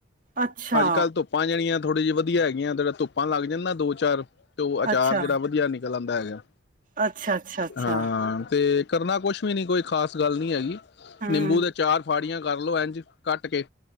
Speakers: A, on the right; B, on the left.
A: ਅੱਛਾ,
B: ਅੱਜ ਕੱਲ੍ਹ ਧੁੱਪਾਂ ਜਣੀਆਂ ਥੋੜ੍ਹੀ ਜਿਹੀ ਵਧੀਆਂ ਹੈਗੀਆਂ ਜਿਹੜਾ ਧੁਪ ਲੱਗ ਜਾਂਦਾ ਦੋ ਚਾਰ ਤੇ ਉਹ ਅਚਾਰ
A: ਅੱਛਾ।
B: ਜਿਹੜਾ ਵਧੀਆ ਨਿਕਲ ਆਂ ਪੈ ਗਿਆ
A: ਅੱਛਾ-ਅੱਛਾ-ਅੱਛਾ
B: ਹਾਂ ਤੇ ਕਰਨਾ ਕੁਛ ਵੀ ਨਹੀਂ ਕੋਈ ਖਾਸ ਗੱਲ ਨਹੀਂ ਹੈਗੀ
A: ਹੂੰ
B: ਨਿੰਬੂ ਦੇ ਚਾਰ ਫਾੜੀਆਂ ਕਰਲੋ ਐਡ ਕੱਟ ਕੇ